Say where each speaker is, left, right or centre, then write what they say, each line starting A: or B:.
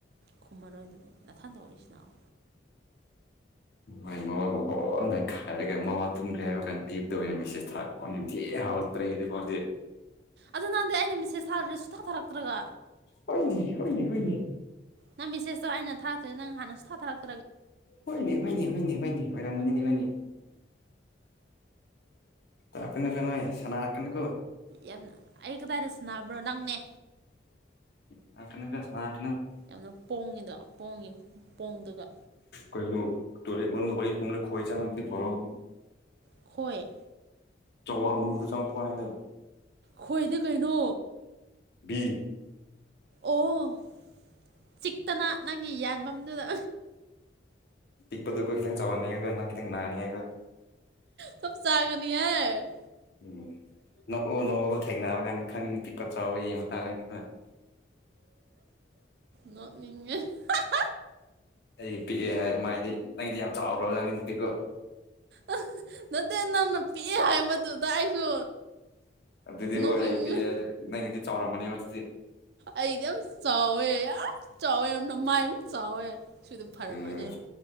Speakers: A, on the right; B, on the left.
A: ꯈꯨꯝꯃꯔꯣꯏꯗꯨꯗꯤ ꯅꯥꯊꯟꯗ ꯎꯂꯤꯁꯤꯅꯥꯎ
B: <unintelligible> ꯥꯃꯋꯥ ꯃꯈꯥꯏꯔꯒꯦ ꯃꯃ ꯇꯨꯝꯒ꯭ꯔꯦ ꯍꯥꯏꯕ ꯀꯥꯟꯗ ꯑꯌꯨꯛꯇꯇ ꯑꯣꯏꯅ ꯃꯦꯁꯦꯖ ꯊꯥꯛꯛꯄ ꯅꯤꯡꯊꯤ ꯄꯛꯇ꯭ꯔꯦ ꯑꯩꯗꯤ ꯃꯥꯁꯤ
A: ꯑꯗꯨ ꯅꯪꯗꯤ ꯑꯩꯅ ꯃꯤꯁꯦꯁ ꯊꯥꯗꯔꯦ ꯁꯨ ꯊꯥꯊꯔꯛꯇ꯭ꯔꯒ
B: ꯍꯣꯏꯅꯦ ꯍꯣꯏꯅꯦ ꯍꯣꯏꯅꯦ
A: ꯅꯪ ꯃꯤꯁꯦꯁꯇꯣ ꯑꯩꯅ ꯊꯔꯛꯇꯣꯏ ꯅꯪ ꯍꯥꯟꯅꯁꯨ ꯊꯥꯔꯛꯛꯇ
B: ꯍꯣꯏꯅꯦ ꯍꯣꯏꯅꯦ ꯍꯣꯏꯅꯦ ꯍꯣꯏꯅꯦ ꯍꯣꯏꯔꯝꯃꯅꯤꯗꯤ ꯍꯅꯦ ꯀꯩꯅꯅ ꯀ ꯅꯣꯏ ꯁꯅꯥꯀꯅꯨꯀꯣ
A: ꯌꯥꯝ ꯑꯩ ꯀꯗꯥꯏꯗ ꯁꯥꯟꯅꯕ꯭ꯔꯣ ꯅꯪꯅꯦ
B: ꯁꯅꯥ ꯀꯅꯨꯀꯣ ꯁꯅꯥ
A: ꯌꯥꯝꯅ ꯄꯣꯡꯉꯤꯗ ꯄꯣꯡꯉꯤ ꯄꯣꯡꯗꯨꯒ
B: ꯀꯩꯅ ꯇꯦ ꯃꯔ ꯋꯥꯔꯤ ꯋꯥꯔꯤ ꯀ ꯈꯣꯏꯆꯥ ꯃꯗꯤ ꯐꯔ
A: ꯍꯣꯏ
B: ꯆꯋꯣꯜ ꯑꯃꯕꯨꯕꯨꯗ ꯆꯪꯉꯛꯄ ꯍꯥꯏꯗ
A: ꯈꯣꯏꯗꯤ ꯀꯩꯅꯣ
B: ꯕꯤ
A: ꯑꯣ ꯆꯤꯛꯇꯅ ꯅꯪꯒꯤ ꯌꯥꯟꯐꯝꯗꯨꯗ
B: ꯄꯤꯛꯄꯗꯨ ꯀꯇꯪ ꯆꯥꯅꯤ ꯍꯥꯏꯦꯒꯅꯥ ꯀꯇꯪ ꯅꯅꯥꯅꯤ ꯍꯥꯏꯒ
A: ꯆꯞ ꯆꯥꯒꯅꯤ ꯍꯥꯏ
B: ꯎꯝ ꯅꯣꯛꯎ ꯅꯣꯛꯎꯒ ꯊꯦꯡꯅꯔ ꯀꯥꯏꯅ ꯈꯪꯉꯅꯤ ꯄꯤꯛꯄ ꯆꯥꯎꯕ ꯌꯦꯡꯕ ꯇꯥꯔꯅꯤꯀꯣ <inaudible>
A: ꯅꯣꯛꯅꯤꯡꯉꯦ ꯍꯥ
B: ꯑꯩ ꯄꯤꯛꯑꯦ ꯍꯥꯏ ꯃꯥꯏꯗꯤ ꯅꯪꯗꯤ ꯌꯥꯝ ꯆꯥꯎꯈ꯭ꯔꯣ ꯑꯣꯖꯥꯁꯤꯤꯀꯣ
A: ꯑꯍꯤ ꯅꯠꯇꯦ ꯅꯪꯅ ꯄꯤꯛꯑꯦ ꯍꯥꯏꯕꯗꯨꯗ ꯑꯩꯁꯨ
B: ꯑꯗꯨꯗꯤ
A: ꯅꯣꯛꯅꯤꯡꯉ
B: ꯍꯣꯏ ꯑꯩ ꯄꯤꯛꯑꯦ ꯅꯪꯒꯤꯗꯤ ꯆꯥꯎꯔꯝꯃꯅꯤ ꯑꯗꯨꯗꯤ
A: ꯑꯩꯗꯤ ꯌꯥꯝ ꯆꯋꯦ ꯌꯥꯝ ꯆꯥꯎꯋꯦ ꯅꯃꯥꯏꯃꯨꯛ ꯆꯥꯎꯋꯦ ꯁꯨ ꯑꯣꯏꯗꯤ ꯐꯔꯝꯃꯅꯤ
B: ꯀꯩꯅꯣ